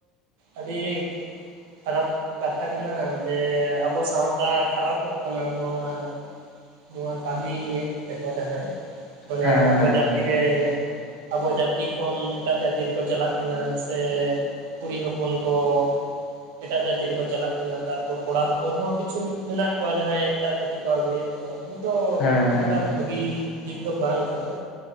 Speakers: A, on the right; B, on the left.
A: ᱟᱹᱰᱤ ᱠᱷᱟᱨᱟᱯ ᱠᱟᱛᱷᱟ ᱠᱟᱱᱟ ᱡᱮ ᱟᱵᱚ ᱥᱟᱶᱛᱟ ᱠᱷᱟᱨᱟᱯᱚᱜ ᱠᱟᱱᱟ᱾ ᱱᱚᱣᱟ ᱱᱚᱣᱟ ᱠᱟᱹᱢᱭᱮᱫ ᱛᱮᱠᱚ ᱡᱟᱦᱟᱸᱭ ᱾ ᱢᱟᱱᱮ
B: ᱦᱮᱸ
A: ᱟᱵᱚ
B: ᱦᱮᱸ
A: ᱡᱟᱹᱛᱤ
B: ᱦᱮᱸ
A: ᱨᱮ ᱟᱵᱚ ᱡᱟᱹᱛᱤ ᱠᱷᱚᱱ ᱮᱴᱟᱜ ᱡᱟᱹᱛᱤ ᱛᱤ ᱨᱮᱠᱚ ᱪᱟᱞᱟᱜ ᱠᱟᱱᱟ ᱥᱮ ᱠᱩᱲᱤ ᱦᱚᱯᱚᱱ ᱠᱚ ᱮᱴᱟᱜ ᱡᱟᱹᱛᱤ ᱨᱮᱠᱚ ᱪᱟᱞᱟᱜ ᱠᱟᱱᱟ᱾ ᱛᱟᱨᱯᱚᱨ ᱠᱚᱲᱟ ᱦᱚᱯᱚᱱ ᱦᱚᱸ ᱠᱤᱪᱷᱩ ᱢᱮᱱᱟᱜ ᱠᱚᱣᱟ ᱡᱟᱦᱟᱸᱭ ᱮᱴᱟᱜ ᱡᱟᱹᱛᱤ ᱠᱚ ᱟᱹᱜᱩᱭᱮᱫ ᱠᱚ ᱚᱱᱟ ᱫᱚ
B: ᱦᱮᱸ
A: ᱠᱷᱩᱵ ᱮᱠᱴᱟ
B: ᱦᱮᱸ
A: ᱵᱷᱟᱜᱤ ᱫᱤᱠ ᱫᱚ ᱵᱟᱝ ᱠᱟᱱᱟ᱾